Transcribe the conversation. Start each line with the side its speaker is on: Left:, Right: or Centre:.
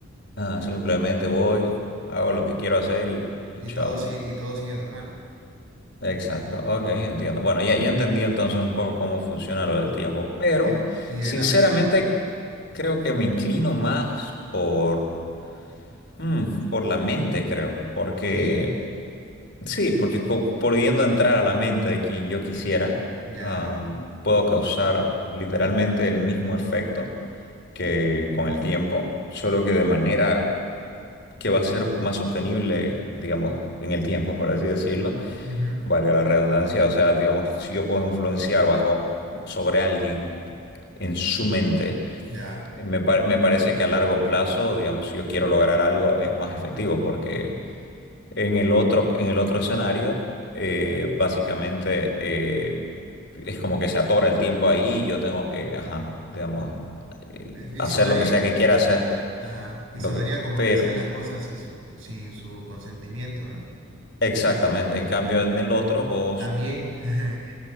Left: Ah, simplemente voy, hago lo que quiero hacer y, y
Right: Y
Left: chao.
Right: todo, sí, y todo sigue normal.
Left: Exacto, ok, entiendo. Bueno, ya, ya entendí entonces un poco cómo funciona lo del tiempo, pero
Right: Eh, eh, y de
Left: sinceramente
Right: la mente,
Left: creo que me inclino más por, mm, por la mente, creo, porque
Right: sí,
Left: Sí, porque co- pudiendo entrar a la mente de quien yo quisiera,
Right: ya.
Left: am, puedo causar literalmente el mismo efecto que con el tiempo, solo que de manera que va a ser más sostenible, digamos, en el tiempo, por así decirlo,
Right: Ujú.
Left: valga la redundancia. O sea, digamos, si yo puedo influenciar bajo sobre alguien en su mente,
Right: Ya.
Left: me, pa- me parece que a largo plazo, digamos, si yo quiero lograr algo, es más efectivo porque en el otro, en el otro escenario, eh, básicamente eh, es como que se atora el tiempo ahí y yo tengo que, ajá, digamos, eh,
Right: Eh, Y
Left: hacer
Right: sonaría,
Left: lo que sea que quiera hacer.
Right: ajá, y
Left: Lo
Right: sonaría
Left: que,
Right: como
Left: pero,
Right: que hacer las cosas sin su, sin su consentimiento, ¿no?
Left: exactamente, en cambio en el otro vos
Right: También, <laughs>